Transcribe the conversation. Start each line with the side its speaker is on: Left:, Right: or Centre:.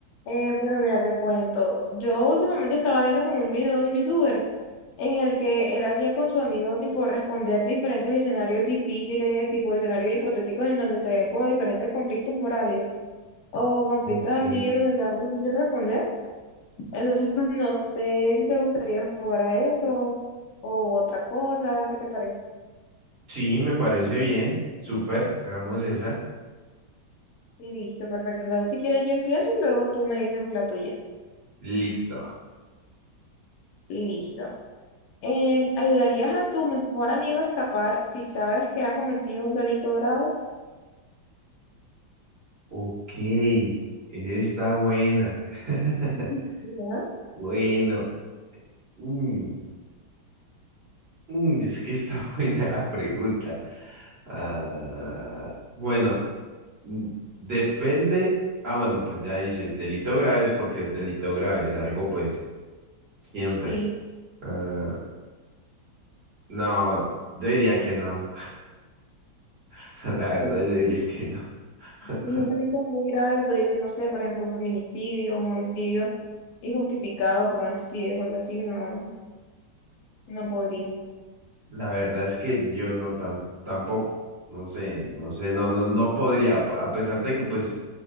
Left: Eh, bueno, mira, te cuento. Yo últimamente estaba viendo como un video de un youtuber en el que él hacía con su amigo tipo responder diferentes escenarios difíciles, tipo escenarios hipotéticos en donde se ven como diferentes conflictos morales o conflictos
Right: Ok.
Left: así en donde sean difícil responder. Entonces, <laughs> pues no sé si te gustaría jugar a eso o otra cosa, ¿qué te parece?
Right: Sí, me parece bien. Súper. Hagamos esa.
Left: Listo, perfecto. Entonces, si quieres, yo empiezo y luego tú me dices la tuya.
Right: Listo.
Left: Listo. Em, ¿ayudarías a tu mejor amigo a escapar si sabes que ha cometido un delito grave?
Right: Ok. Esa está buena. <laughs>
Left: <laughs> Ya.
Right: Bueno. mm, mm, es que está <laughs> buena la pregunta. Ah, bueno. Mm, Depende. Ah, bueno, pues ya dices, delito grave es porque es delito grave, es algo pues siempre.
Left: Sí.
Right: Ah, no, yo diría que no. <laughs> La verdad,
Left: Sí,
Right: yo diría que no. <laughs>
Left: sí, un delito muy grave que tú dices, no sé, por ejemplo, un feminicidio, un homicidio injustificado por una estupidez o algo así, no, no podría.
Right: La verdad es que yo no tam- tampoco. No sé, no sé, no, no, no podría, pa- a pesar de que pues,